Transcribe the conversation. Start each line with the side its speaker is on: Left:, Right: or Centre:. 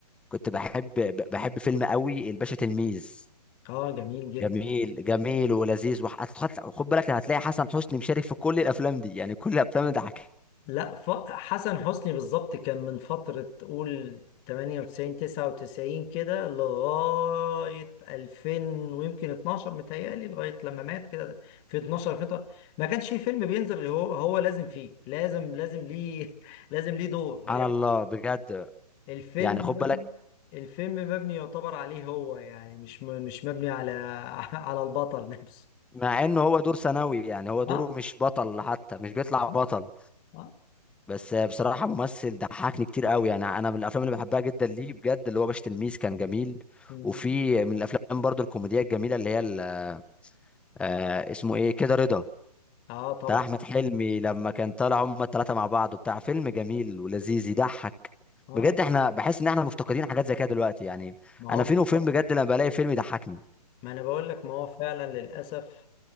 Centre: كنت بحب ب- بحب فيلم قوي الباشا تلميذ
Left: اه جميل جدا
Centre: جميل جميل ولذيذ وح- خد خد بالك هتلاقي حسن حسني مشارك في كل الافلام دي يعني كل الافلام ده حكي
Left: لا ف... حسن حسني بالظبط كان من فترة تقول 98 99 كده لغاية 2000 ويمكن 12 متهيألي لغاية لما مات كده في 12 فترة ما كانش فيه فيلم بينزل غير هو هو لازم فيه لازم لازم ليه <laughs> لازم ليه دور
Centre: سبحان
Left: يعني
Centre: الله بجد
Left: الفيلم
Centre: يعني
Left: مبني-
Centre: خد بالك
Left: الفيلم مبني يعتبر عليه هو يعني مش م... مش مبني على <laughs> على البطل نفسه
Centre: مع انه هو دور ثانوي يعني هو دوره
Left: اه
Centre: مش بطل حتى مش بيطلع
Left: اه
Centre: بطل
Left: اه
Centre: بس بصراحه ممثل ضحكني كتير قوي يعني انا من الافلام اللي بحبها جدا ليه بجد اللي هو باشا تلميذ كان جميل
Left: مم.
Centre: وفي من الافلام برضو الكوميديا الجميله اللي هي ال- آه، اسمه ايه كده رضا
Left: اه طبعا
Centre: بتاع احمد حلمي لما كان طالع هما الثلاثه مع بعض وبتاع فيلم جميل ولذيذ يضحك
Left: اه
Centre: بجد
Left: آه.
Centre: احنا بحس ان احنا مفتقدين حاجات زي كده دلوقتي يعني
Left: ما هو
Centre: انا
Left: بالظبط
Centre: فين وفين بجد لما بلاقي فيلم يضحكني
Left: ما انا بقول لك ما هو فعلا للاسف